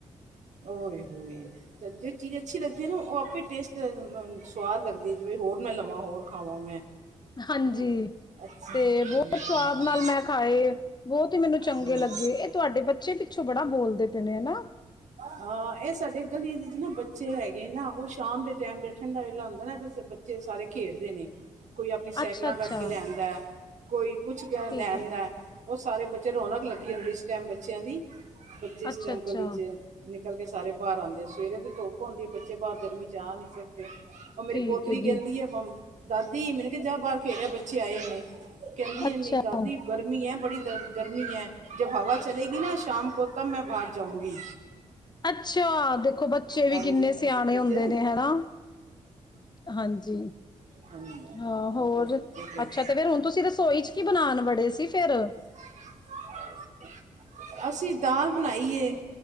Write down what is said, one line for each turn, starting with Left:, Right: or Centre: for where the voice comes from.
Right: ਓਏ-ਹੋਏ ਤੇ ਜੇ ਚੀਜ ਅੱਛੀ ਲੱਗਦੀ ਏ ਨਾ, ਓ ਆਪੇ ਟੇਸਟ, ਮ ਸਵਾਦ ਲਗਦੀ ਏ, ਜਿਂਵੇ ਹੋਰ ਮੈਂ ਲਵਾਂ, ਹੋਰ ਖਾਂਵਾ ਮੈਂ।
Left: ਹਾਂਜੀ।
Right: ਹੈਂ ਅੱਛਾ
Left: ਤੇ
Right: ਹਾਂਜੀ,
Left: ਬੋਤ
Right: ਹਾਂਜੀ।
Left: ਸਵਾਦ ਨਾਲ ਮੈਂ ਖਾਏ, ਬੋਤ ਈ ਮੈਨੂੰ ਚੰਗੇ
Right: ਹੂੰ।
Left: ਲੱਗੇ, ਏ ਤੂਆਡੇ ਬੱਚੇ ਵੀ ਪਿੱਛੇ ਬੜਾ ਬੋਲਦੇ ਪੇ ਨੇ, ਹਨਾ?
Right: ਹਾਂ ਐ ਸਾਡੇ ਗਲੀ ਦੇ ਚ ਨਾ ਬੱਚੇ ਹੈਗੇ ਨਾ, ਓ ਸ਼ਾਮ ਦੇ ਟੈਮ ਤੇ ਠੰਡਾ ਵੇਲਾ ਹੁੰਦੈ ਨਾ ਤੇ ਸ ਬੱਚ ਚੇ ਸਾਰੇ ਖੇਡਦੇ ਨੇ। ਕੋਈ ਆਪਨੀ ਸੈਕਲਾਂ
Left: ਅੱਛਾ ਅੱਛਾ
Right: ਕੱਡ ਕੇ ਲੈਂ ਆਦੈ, ਕੋਈ ਕੁੱਛ ਕੇ
Left: ਠੀਕ
Right: ਲੈ ਆਂਦੈ।
Left: ਹੈ
Right: ਓ ਸਾਰੇ ਬੱਚੇ ਰੌਨਕ ਲੱਗੀ ਹੁੰਦੀ ਏ ਇਸ ਟੈਮ ਬੱਚੇਆਂ ਦੀ, ਬੱਚੇ ਇਸ
Left: ਅੱਛਾ
Right: ਟੈਮ
Left: ਅੱਛਾ
Right: ਗਲੀ ਚ ਨਿਕਲ ਕੇ ਸਾਰੇ ਬਾਰ ਆਂਦੇ, ਸਵੇਰੇ ਤੇ ਧੁੱਪ ਹੁੰਂਦੀ ਏ, ਬੱਚੇ ਬਾਰ ਗਰਮੀ ਚ ਆ ਨੀ ਸਕਦੇ। ਓ ਮੇਰੀ
Left: ਠੀਕ
Right: ਪੋਤਰੀ
Left: ਹੈ
Right: ਕੈਂਦੀ
Left: ਜੀ
Right: ਏ ਮਮ, ਦਾਦੀ ਮੈਨੂੰ ਕੇਆ ਜਾ ਬਾਰ ਖੇੜੇਆ ਬੱਚੇ ਆਏ ਏ ਨੇ, ਕੈਂਦੀ
Left: ਅੱਛਾ।
Right: ਏ ਨੀ ਦਾਦੀ ਗਰਮੀ ਐ, ਬੜੀ ਗਰਮੀ ਐ, ਜਬ ਹਵਾ ਚਲੇਗੀ ਨਾ ਸ਼ਾਮ ਕੋ ਤਬ ਮੈਂ ਬਾਹਰ ਜਾਊਂਗੀ।
Left: ਅੱਛਾ, ਦੇਖੋ ਬੱਚੇ ਵੀ
Right: ਹਾਂਜੀ
Left: ਕਿੰਨੇ ਸਿਆਣੇ
Right: ਬੱਚੇ
Left: ਹੁੰਦੇ ਨੇ, ਹੈਣਾ? ਹਾਂਜੀ।
Right: ਹਾਂਜੀ
Left: ਹਾਂ ਹੋਰ,
Right: ਉਹ ਫਿਰ ਬੱਚੇ ਫਿਰ
Left: ਅੱਛਾ ਤੇ ਫੇਰ ਹੁਨ ਤੂਸੀ ਰਸੋਈ ਚ ਕੀ ਬਨਾਨ ਵੜੇ ਸੀ ਫੇਰ?
Right: <unintelligible> ਅਸੀ ਦਾਲ ਬਨਾਈਏ।